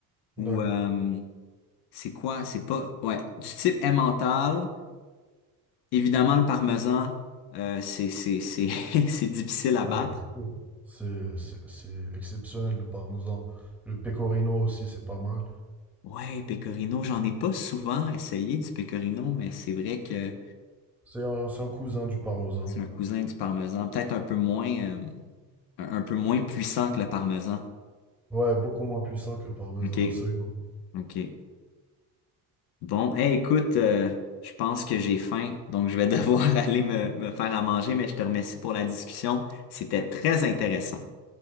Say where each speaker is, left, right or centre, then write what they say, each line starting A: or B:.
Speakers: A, on the left; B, in the centre.
A: Ou
B: d'accord.
A: euh, c'est quoi? C'est pas... Ouais, du type emmental. Évidemment, le parmesan, euh, c'est, c'est, c'est, <laughs> c'est difficile à battre.
B: Ah, c'est sûr. C'est c'est- c'est exceptionnel le parmesan. Le pecorino aussi, c'est pas mal.
A: Ouais, pecorino, j'en ai pas souvent essayé du pecorino, mais c'est vrai que...
B: C'est un, c'est un cousin du parmesan.
A: C'est un cousin du parmesan. Peut-être un peu moins, euh, un un peu moins puissant que le parmesan.
B: Ouais, beaucoup moins puissant que le parmesan,
A: OK.
B: absolument.
A: OK. Bon, eh écoute, euh, je pense que j'ai faim, donc je vais <laughs> devoir aller me, me faire à manger, mais je te remercie pour la discussion. C'était très intéressant.